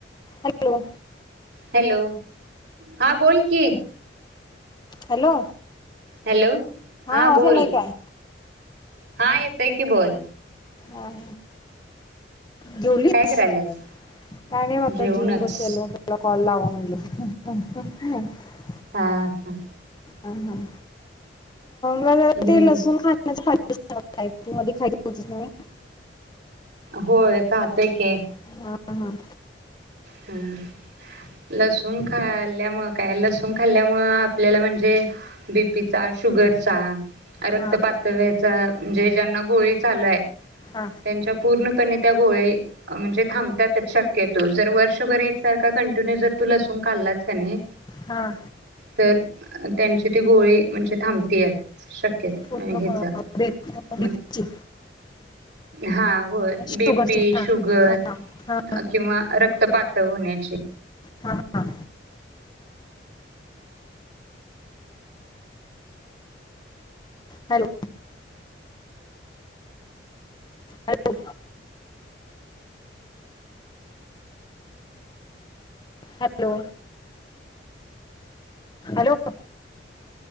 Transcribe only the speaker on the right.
हॅलो हा बोल. की-
हॅलो हा
बोल.
हा येतय की बोल.
काय करायल्यास
जेवूनच
हा हा.
हम्म
होय खातय की.
हम्म लसु न खाल्ल्यामु काय लसूण खाल्ल्यामुळ आपल्याला म्हणजे बीपीचा, शुगरचा रक्त
पातळव्याचं म्हणजे, ज्यांना गोळी चालू हाय,
त्यांच्या पूर्णपणे त्या गोळी- म्हणजे थांबत्यातच शक्यतो जर व- र्षशभर एकसारखा कंटिन्यू जर तू लसून खाल्लास कणी,
तर त्यांच्या- ती गोळी म्हणजे थांबत्याच श- केत
हेच
म हा होय.
बी. पी,
शुगर
किंव्हा रक्तपा- त होन्याची.